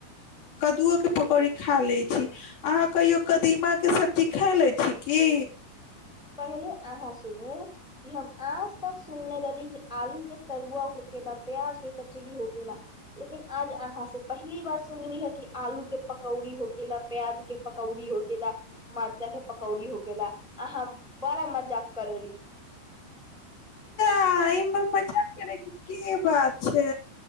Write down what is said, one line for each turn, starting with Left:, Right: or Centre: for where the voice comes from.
Left: कद्दूओ के पकौड़ी खा ले छी अहाँ कहियो कदीमा के सब्जी खाय ले छी की
Centre: पहले अहाँ सुनू कि हम आज तक सुनने रहली कि आलू के तरुआ हो गेलेला प्याज के कचरीी हो गेलेला लेकिन आज अहाँ से पहली बार सुनली है कि आलू के पकौड़ी हो केेला प्याज के पकौड़ी हो गेलेला मरचा के पकौड़ी हो के ला अहाँ बड़ा मजाक करेली
Left: ह एहि मे मजाक करे के के बात छै